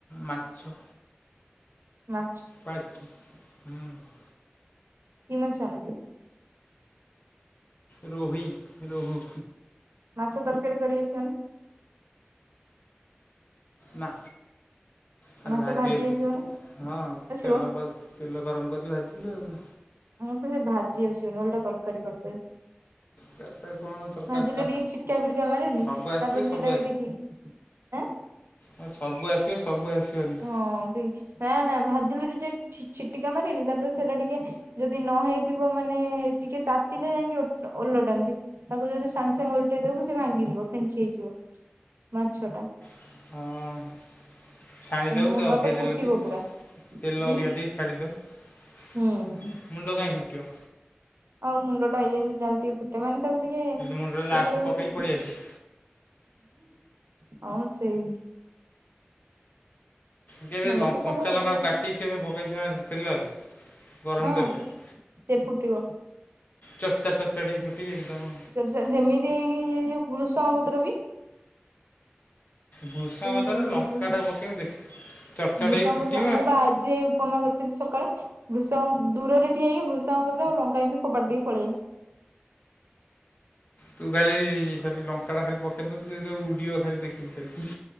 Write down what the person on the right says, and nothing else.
ମା
କିମାଚାଳ।
ମାଛ ତରକାରୀ କରି ଆସିବନା?
ମାଛ
ଭାଜି
ନା
ଆସିବ?
ମୋତେ ସେ ଭାଜି ଆସିବନି, ଓଲଟା ତରକାରୀ କରିଦେବି।
ଭାଜିଲେ ଟିକେ ଛିଟକା, ଫିଟକା ମାରେନି
ତାପରେ
ସେଟା ବି ଟିକେ ଆଁ
ହଁ ନା ନା ଭାଜିଲେ ଟିକେ ସେ ଛିଟିକା ମାରିନି ତାପରେ ସେଟା ଟିକେ ଯଦି ନ ହେଇଥିବ ମାନେ ଟିକେ ତାତିଲେ ଯାଇକି ଓଲଟାନ୍ତି। ତାକୁ ଯଦି ସାଙ୍ଗେ ସାଙ୍ଗେ ଓଲଟେଇଦେବୁ ସେ ଭାଙ୍ଗିଯିବ ଫେଞ୍ଚି ହେଇଯିବ ମାଛ ଟା।
ଆଉ ମୁଣ୍ଡ
ଫୁଟିବ
ପୁରା
ହୁଁ
ହୁଁ।
ଆଉ ମୁଣ୍ଡ ଟା ଇଏ ହେଲେ ଜଲଦି ଫୁଟେ ମାନେ ତାକୁ ଟିକେ ଇଏ
କରିବା
ହଁ ସେଇ
ମୁଣ୍ଡ ତ
ତାର ଅବସ୍ଥା
ହଁ
ସେ ଫୁଟିବ।
ଚଡ଼ ଛାଡ଼ ସେମିତି ହେଇକି ଏଇଯଉ ଯୋଉ ଭ୍ରୁଷଙ୍ଗ ପତ୍ର ବି
ଯେମିତି
ଫୁଟିବ
ଭ୍ରୁଷଙ୍ଗପତ୍ର
ମୁଁ ବା ଆଜି ଉପମା କରିଥିଲି ସକାଳେ ବୃଷାଙ୍ଗ ଦୂରରେ ଠିଆ ହେଏକି ଭ୍ରୁଷାଙ୍ଗ ପତ୍ର ରେ ଆଉ ଲଙ୍କା କେମିତି ଫୋବାଡି ଦେଇକି ପଳେଇ ଆଇଲି।